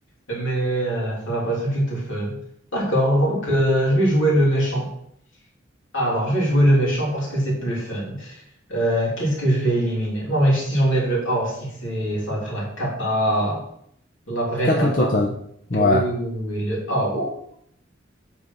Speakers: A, on the left (about 75°); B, on the left (about 45°).
A: mais euh, ça va pas être du tout fun. D'accord, donc euh, je vais jouer le méchant. Ah, Alors, je vais jouer le méchant parce que c'est plus fun. Euh, qu'est-ce que je vais éliminer? Non, mais si j'enlève le A aussi, c'est, ça va être la cata, la vraie
B: quatre
A: cata.
B: au total. Ouais.
A: Oui, oui, oui, oui, oui, le A. Oh,